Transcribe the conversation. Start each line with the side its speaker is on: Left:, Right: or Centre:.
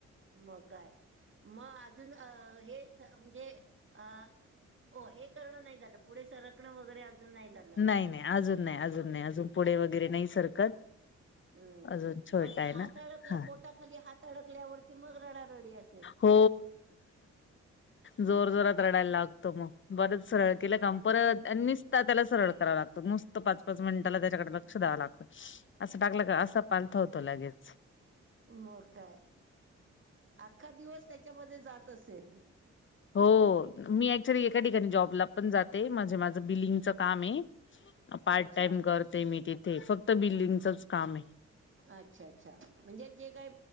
Right: मग काय, मग अजून अ हेच म्हणजे अ हो हे करणं नाही झालं, पुढे सरकणं वगैरे अजून नाही झालं.
Left: नाही नाही, अजून नाही अजून नाही, अजून पुढे वगैरे नाही सरकत.
Right: हम्म,
Left: अजून छोटा
Right: पण
Left: आहे
Right: हात
Left: ना
Right: अडकला
Left: हा
Right: पोटाखाली हात अडकल्यावरती, मग रडारडी असेल.
Left: हो, जोर जोरात रडायला लागतो मग, बरच सर केल का, मग परत निसता त्याला सरळ कराव लागत. मस्त पाच पाच मिनिटला त्याच्याकडे लक्ष द्यावं लागतं. असं टाकलं का, असं पालथा होतो लगेच.
Right: मग काय अख्खा दिवस त्याच्यामध्ये जात असेल.
Left: हो, मी ऍक्च्युली एका ठिकाणी जॉबला पण जाते, म्हणजे माझं बिलिंगच काम आहे. पार्ट
Right: अच्छा
Left: टाइम करते मी तिथे. फक्त बिलिंगचच काम आहे.
Right: अच्छा अच्छा, म्हणजे जे काही